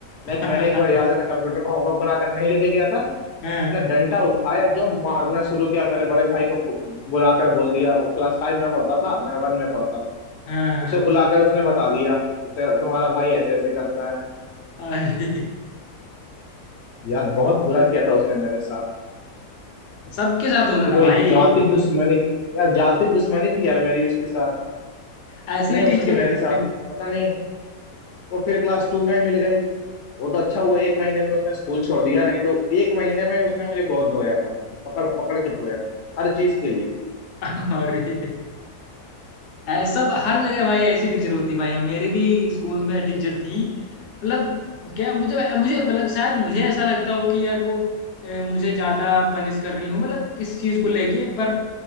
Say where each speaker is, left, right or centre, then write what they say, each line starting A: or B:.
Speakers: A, on the left; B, on the left.
A: लाइक
B: हाँ
A: मैंने एक बार याद है मैं कंप्यूटर का होमवर्क बनाकर नहीं लेके गया था
B: हाँ
A: ना डंडा उठाया जो मारना शुरू किया और मेरे बड़े भाई को फु- बुलाकर बोल दिया वो क्लास फाइव में पढ़ता था मैं वन में पढ़ता था
B: हाँ, हाँ,
A: उसे
B: हाँ,
A: बुलाकर उसने बता दिया कि तेरा तुम्हारा भाई ऐसे ऐसे करता है
B: अरे
A: यार बहुत बुरा किया था उसने मेरे साथ
B: सबके साथ होता
A: कि
B: था
A: कोई
B: भाई
A: जाति दुश्मनी यार जाति दुश्मनी थी यार मेरी उसके साथ
B: ऐसी
A: नहीं
B: टीचर
A: उसकी मेरे
B: थी
A: साथ पता नहीं वो फिर क्लास टू में मिल गई वो तो अच्छा हुआ एक महीने में उसने स्कूल छोड़ दिया नहीं तो एक महीने में उसने मुझे बहुत धोया था पकड़ पकड़ के धोया था हर चीज के लिए
B: <laughs> अरे ऐसा सब हर जगह भाई ऐसी टीचर होती है भाई हम मेरी भी स्कूल में टीचर थी मतलब क्या मुझे मुझे मतलब शायद मुझे ऐसा लगता हो कि यार वो अ, मुझे ज्यादा पनिश कर रही हूँ मतलब किस चीज को लेके पर